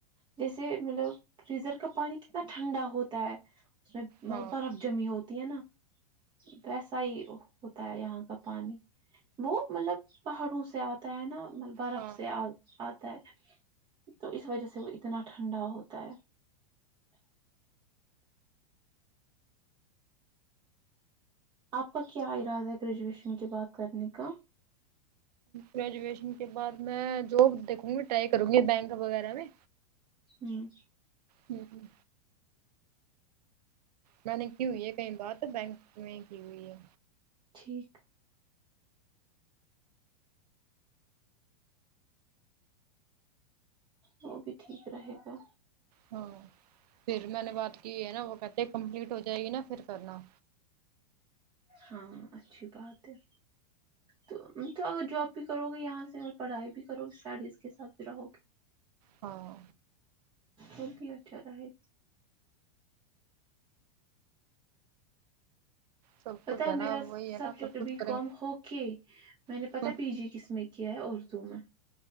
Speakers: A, on the right; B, on the right.
A: جیسے مطلب فریزر کا پانی کتنا ٹھنڈا ہوتا ہے اس میں مطلب
B: ہاں
A: برف جمی ہوتی ہے نا ویسا ہی ہوتا ہے یہاں کا پانی وہ مطلب پہاڑوں سے آتا ہے نا ملب برف
B: ہاں
A: سے اتا ہے تو اس وجہ سے وہ اتنا ٹھنڈا ہوتا ہے آپ کا کیا ارادہ ہے گریجویشن کے بعد کرنے کا
B: گریجویشن کے بعد میں جاب دیکھوں گی ٹرائی کروں گی بینک وغیرہ میں
A: ہھممم
B: ھممم میں نے کی ہوئی ہے کہیں بار بینک میں کی ہوئی ہے
A: ٹھیک وہ بھی ٹھیک رہے گا
B: ہاں پھر میں نے بات کی ہے نا وہ کہتے ہیں کمپلیٹ ہو جائے گی نا پھر کرنا
A: ہاں اچھی بات ہے تو تو اگر جاب بھی کرو گے یہاں سے اور پڑھائی بھی کرو گی شاید بھی رہو گے
B: ہاں
A: اب بھی اچھا رہے
B: سب
A: پتا
B: کچھ
A: ہے میرا
B: نا وہی ہے
A: سبجیکٹ
B: نا سب کچھ
A: بی
B: کریں
A: کوم ہو کے میں نے
B: گے
A: پتا پی جی کس میں کیا ہے اردو میں